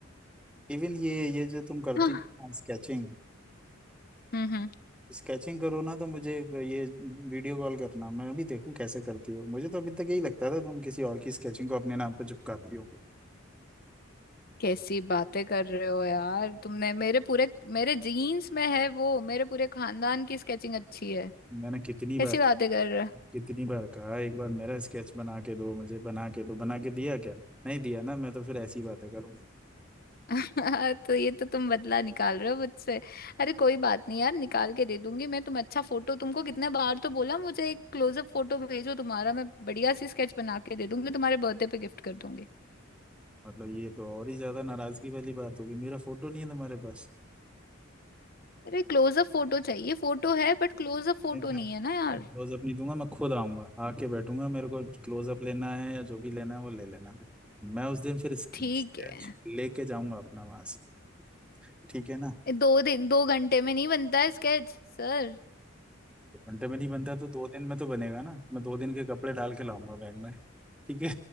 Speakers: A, in the centre; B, on the left (about 45°).
A: इवन ये ये जो तुम करती
B: हाँ
A: हो स्केचिंग
B: हम्म हम्म
A: स्केचिंग करो ना तो मुझे ये वीडियो कॉल करना मैं भी देखूं कैसे करती हो मुझे तो अभी तक यही लगता था तुम किसी और की स्केचिंग को अपने नाम पर चिपकाती हो
B: कैसी बातें कर रहे हो यार तुमने मेरे पूरे मेरे जीन्स में है वो मेरे पूरे खानदान की स्केचिंग अच्छी है
A: मैंने कितनी
B: कैसी
A: बार
B: बातें कर रहे हो
A: कितनी बार कहा एक बार मेरा स्केच बना के दो मुझे बना के दो बना के दिया क्या नहीं दिया ना मैं तो फिर ऐसी बातें करूँ
B: <laughs> तो ये तो तुम बदला निकाल रहे हो मुझसे अरे कोई बात नहीं यार निकाल के दे दूंगी मैं तुम अच्छा फोटो तुमको कितने बार तो बोला मुझे एक क्लोजअप फोटो भेजो तुम्हारा मैं बढ़िया सी स्केच बना के दे दूंगी तुम्हारे बर्थडे पे गिफ्ट कर दूंगी
A: मतलब ये तो और ही ज्यादा नाराजगी वाली बात होगी मेरा फोटो नहीं है तुम्हारे पास
B: अरे क्लोजअप फोटो चाहिए फोटो है बट क्लोजअप फोटो
A: नहीं,
B: नहीं है ना यार
A: मैं क्लोजअप नहीं दूंगा मैं खुद आऊंगा आके बैठूंगा मेरे को क्लोजअप लेना है या जो भी लेना है वो ले लेना मैं उस दिन फिर स्केच
B: ठीक है
A: लेके जाऊंगा अपना वहां से ठीक है ना
B: ये दो दिन दो घंटे में नहीं बनता है स्केच सर
A: दो घंटे में नहीं बनता तो दो दिन में तो बनेगा ना मैं दो दिन के कपड़े डाल के लाऊंगा बैग में ठीक है